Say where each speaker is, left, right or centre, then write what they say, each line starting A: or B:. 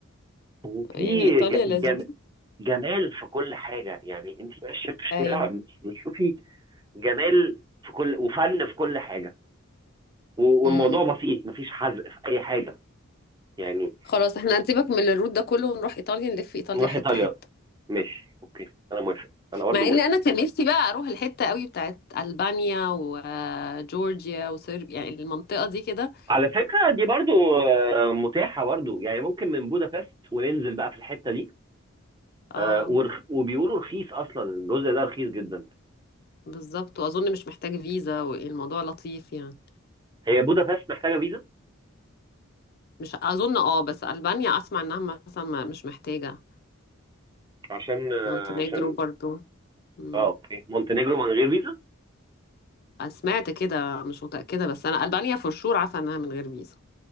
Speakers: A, on the right; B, on the left.
A: وفي
B: يعني ايطاليا
A: ج- جم...
B: لذيذة
A: جمال في كل حاجه يعني انت ماشيه في الشارع
B: ايوه
A: بتشوفي جمال في كل وفن في كل حاجه و-
B: امم
A: والموضوع بسيط مفيش حزق في اي حاجه يعني
B: خلاص احنا هنسيبك من الروت ده كله ونروح ايطاليا نلف ايطاليا
A: نروح
B: حته
A: ايطاليا
B: حته
A: ماشي اوكي انا موافق انا برضه
B: مع
A: موافق
B: ان انا كان نفسي بقى اروح الحته قوي بتاعت البانيا وجورجيا وصربيا يعني المنطقه دي كده
A: على فكرة دي برضو آه، متاحة برضو يعني ممكن من بودابست وننزل بقى في الحتة دي
B: اه
A: آه، ورخ- وبيقولوا رخيص أصلا الجزء ده رخيص جدا
B: بالظبط واظن مش محتاج فيزا والموضوع لطيف يعني
A: هي بودابست محتاجة فيزا
B: مش اظن اه بس البانيا اسمع انها مثلا ما- مش محتاجه
A: عشان آه،
B: مونتينيجرو
A: عشان
B: برضو مم.
A: اه اوكي مونتينيجرو من غير فيزا
B: سمعت كده مش متاكده بس انا البانيا فور شور عارفه انها من غير فيزا